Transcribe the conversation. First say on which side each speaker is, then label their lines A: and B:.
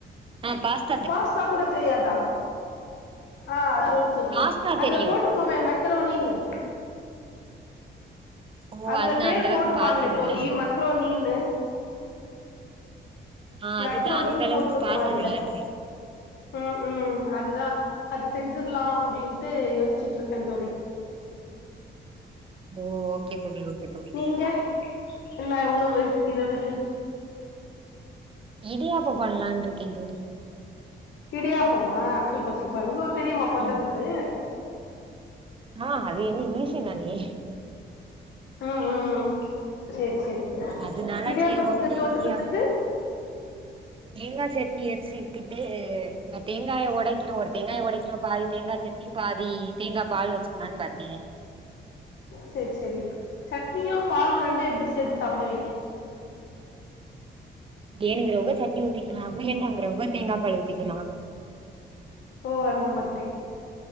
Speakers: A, on the right; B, on the left.
A: ஆ பாஸ்
B: பாஸ்தா கூட தெரியாதா ஆ மக்ரோனி சொல்லுவாங்க
A: பாஸ்தா
B: அதுல
A: தெரியு
B: போட்ருக்கோமே மெக்ரோனினு
A: ஓ
B: அதுல
A: அது நா
B: பேர்
A: அந்த அளவுக்கு
B: போட்ருப்பாங்ளே
A: பாத்தது
B: தோழி
A: இல்ல
B: மக்ரோனீனு
A: ஆ
B: மக்ரோனின்
A: அதுதா அந்த அளவுக்கு
B: போட்ருக்கு
A: பாத்தது
B: அதுல
A: இல்ல தோழி
B: ம் ம் அதுதா அது செஞ்சிர்லா அப்டின்ட்டு யோஸ்சிட்ருக்கே தோழி
A: ஓ ஓகே தோழி ஓகே தோழி
B: நீங்க என்ன உணவு இரவுக்கு
A: இடியாப்போ பண்லான்ட்ருக்கே தோழி
B: இடிப்யாப்பமா சூப்பர் சூப்பர் உங்களுக் தெரியுமா பண்றதுக்கு
A: ம் ஆ அது என்ன ஈசி தானே
B: ஆ ஆ சேரி சேரி
A: அதனால
B: இடியாபத்துக்கு
A: சரி ஓகே
B: தொட்டுக்குத்துக்கு
A: இடியாப் தேங்கா சட்னி வச்சிக்கிட்டு அ தேங்காய்ய உடைக்கிறோ ஒரு தேங்காய்ய உடைக்கிறோ பாதி தேங்கா சட் னி பாதி தேங்கா பால் வச்சுக்லான் பாத்த
B: சேர் செரி சட்னியு பாலு ரெண்டு எப்டி சேர்த்து சாப்புடுவீங்க
A: வேனுங்கிறவுங்க சட்னி ஊத்திக்கிலா வேண்டாங்கிறவுங்க தேங்கா பால் ஊத்திக்கிலா
B: ஓ அந்த மாதிரி